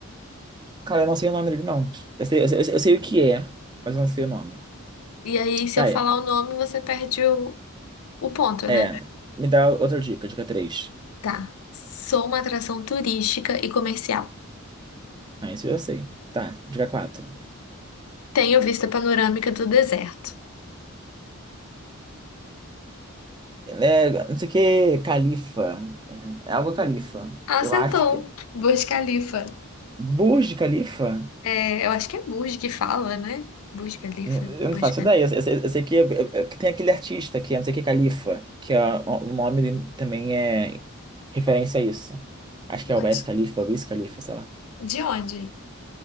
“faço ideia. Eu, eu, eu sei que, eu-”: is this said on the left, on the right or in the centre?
Right